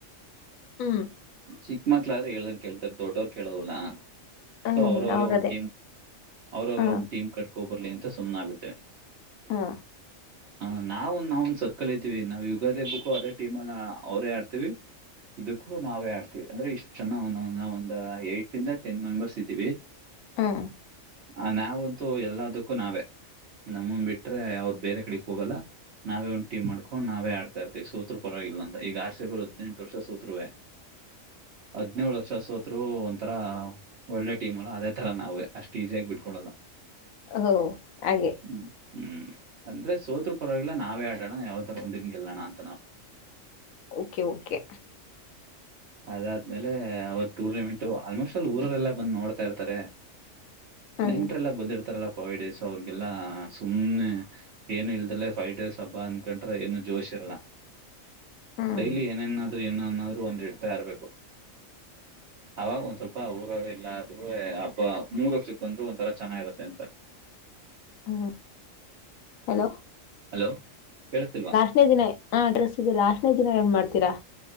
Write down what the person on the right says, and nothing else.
ಚಿಕ್ಕ ಮಕ್ಳ ಆದ್ರೆ ಹೇಳನ್ ಕೇಳ್ತಾರೆ ದೊಡ್ಡೋರು ಕೇಳಲ್ವಲ್ಲ
ಸೊ ಅವ್ರವ್ರ
ಒಂದ್ ಟೀಮ್ ಅವ್ರ ಅವರ
ಒಂದು ಟೀಮ್ ಕಟ್ಕೊಬರಲಿ ಅಂತ ಸುಮ್ಮ್ ಆಗ್ಬಿಡ್ತವೆ
ಹ ನಾವು ನಾವ ಒಂದ್ ಸರ್ಕಲ್ ಇದೀವಿ ನಾವು ಯುಗಾದೇ ಬುಕ್ಕು ಅದೇ ಟೀಮ ಅಲ್ಲ ಅವ್ರೇ ಆಡ್ತೀವಿ ಇದಕ್ಕೂ ನಾವೇ ಹಡ್ತೀವಿ ಅಂದ್ರೆ ಇಷ್ಟ ಚೆಂದ ಒಂದ ಏಟ್ ಇಂದ ಟೆನ್ ಮೆಂಬರ್ಸ್ ಇದ್ದೀವಿ
ಆ ನಾವಂತೂ ಎಲ್ಲದಕ್ಕೂ ನಾವೇ ನಮ್ಮಂದ ಬಿಟ್ರೆ ಅವ್ರ ಬೇರೆ ಕಡೆಕ್ ಹೋಗಲ್ಲ ನಾವೇ ಒಂದು ಟೀಮ್ಕೊಂಡ ನಾವೇ ಆಡ್ತ ಇತ ಈ ಸೋತ್ರು ಪರವಾಗಿಲ್ಲ ಅ ಈಗ ಆರ್ ಸೇಬರ್ ಹದಿನೆಂಟ ವರ್ಷ ಸತ್ರವೇ ಹಾ ಹದ್ನೇಳು ವರ್ಷ ಸೋತ್ರು ಒಂಥರ ಒಳ್ಳೆ ಟೀಮ್ ಅಲ್ಲ ಅದೇ ತರ ನಾವೇ ಅಷ್ಟೇ ಇಸ್ಸಿ ಯಾಗಿ ಬಿಟ್ಕೊಳಲ್ಲ
ಹೂ ಅಂದ್ರೆ ಸೋತ್ರ ಪರವಾಗಿಲ್ಲ ನಾವೇ ಅಟಾಡೋನ ಯಾವ್ತರ ಒಂದ ಹಿಂಗೆಲ್ಲಣ ಅಂತ ನಾವ್
<unintelligible> ಅದಾದ್ಮೇಲೆ ಅವತ್ ಟೂರ್ನಮೆಂಟ್ ಆಲ್ಮೋಸ್ಟ್ ಅಲ್ ಊರೊರೆಲ್ಲ ಬಂದು ನೋಡ್ತಾ ಇರ್ತಾರೆ.
ನೆಂಟರೆಲ್ಲ ಬಂದಿರತ್ತಾರಲ್ಲೆ ಪಾವಿಡೇಸ್ ಅವ್ರಿಗೆಲ್ಲ ಸುಮ್ಮ್ನೆ ಏನು ಇಲ್ದೆ ಲ್ಲೇ ಪೈವ್ ಡೇಸ್ ಹಬ್ಬ ಅನ್ಕೊಂಡ್ರೆ ಏನು ಜೋಶ್ ಇರಲ್ಲಾ.
ಡೈಲಿ ಏನೇನ್ನಾದ್ರೂ ಏನನ್ನಾದ್ರೂ ಒಂದು ಇಡ್ತಾ ಇರಬೇಕು. ಅವಾಗ ಒಂದ್ ಸ್ವಲ್ಪ ಊರರೆಲ್ಲದ್ರೂ ಆದ್ರೂವೆ ಹಬ್ಬ ಮೂರು ವರ್ಷ್ ಬಂದ್ರು ಒಂಥರ ಚೆನ್ನಾಗಿರುತ್ತೆ ಅಂತ.
ಹಲೋ ಕೇಳಸತಿಲ್ವಾ.